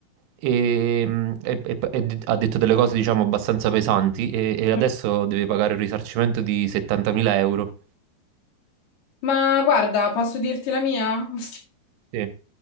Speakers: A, on the right; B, on the left.
A: e, mm, e- e- e d- ha detto delle cose diciamo, abbastanza pesanti e, e
B: mm.
A: adesso deve pagare un risarcimento di 70.000 euro.
B: Ma guarda, posso dirti la mia? <laughs>
A: Sì.